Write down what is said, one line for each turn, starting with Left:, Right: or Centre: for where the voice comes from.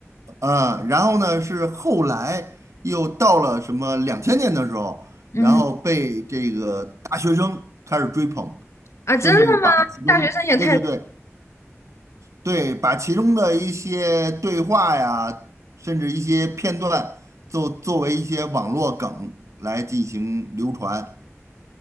Right: 嗯，然后呢是后来又到了什么两千年的时候，
Left: 嗯
Right: 然后被这个大学生开始追捧，
Left: 啊，
Right: 甚至把其中，
Left: 真的吗？大学生也太
Right: 对对对对，把其中的一些对话呀，甚至一些片段，作作为一些网络梗来进行流传。